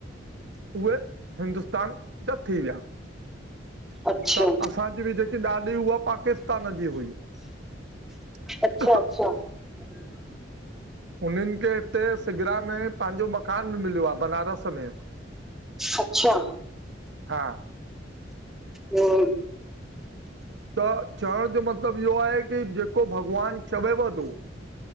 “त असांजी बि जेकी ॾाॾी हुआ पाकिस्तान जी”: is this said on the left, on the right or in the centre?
Right